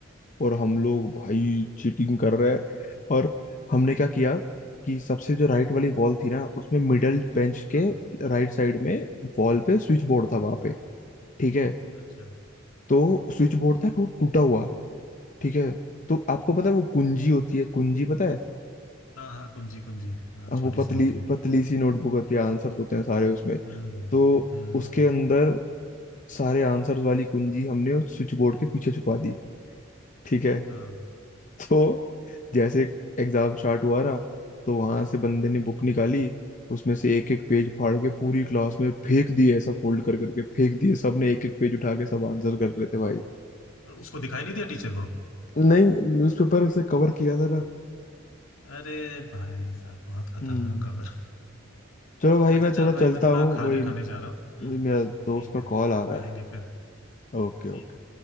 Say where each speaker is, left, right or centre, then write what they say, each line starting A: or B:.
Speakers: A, on the left; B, on the left.
A: और हम लोग भाई चीटिंग कर रहे हैं और हमने क्या किया कि सबसे जो राइट वाली वॉल थी ना उसमें मिडल बेंच
B: हाँ
A: के
B: हाँ
A: राइट साइड में वॉल पे स्विच बोर्ड था वहां पे ठीक है
B: अच्छा
A: तो स्विच बोर्ड था टू, टूटा हुआ ठीक है तो आपको पता है वो कुंजी होती है कुंजी पता है
B: हाँ हाँ कुंजी कुंजी हाँ
A: अब
B: छोटी
A: वो पतली
B: सी होती है
A: पतली सी नोटबुक होती है आंसर्स होते हैं सारे उसमें
B: हम्म
A: तो
B: हम्म
A: उसके अंदर सारे आंसर्स वाली कुंजी हमने उस स्विच बोर्ड के पीछे छुपा दी ठीक है
B: हाँ
A: <laughs> तो जैसे एग्जाम स्टार्ट हुआ ना तो वहां से बंदे ने बुक निकाली उसमें से एक एक पेज फाड़ के पूरी क्लास में फेंक दिए ऐसा फोल्ड कर करके फेंक दिए सबने एक एक पेज उठा के सब आंसर कर रहे थे भाई
B: और उसको दिखाई नहीं दिया टीचर को
A: तो नहीं न्यूज़पेपर से कवर किया था ना
B: अरे भाई साहब बहुत खतरनाक
A: हम्म
B: खबर
A: चलो भाई
B: अच्छा
A: मैं
B: चल
A: थोड़ा
B: भाई
A: चलता
B: मैं थोड़ा
A: हूँ
B: खाने
A: वही
B: खाने जा रहा हूँ हम्म
A: वही
B: हम्म,
A: मेरा दोस्त
B: ठीक
A: का
B: है
A: कॉल आ रहा
B: मिलेंगे
A: है
B: फिर
A: Okay
B: ठीक
A: okay
B: है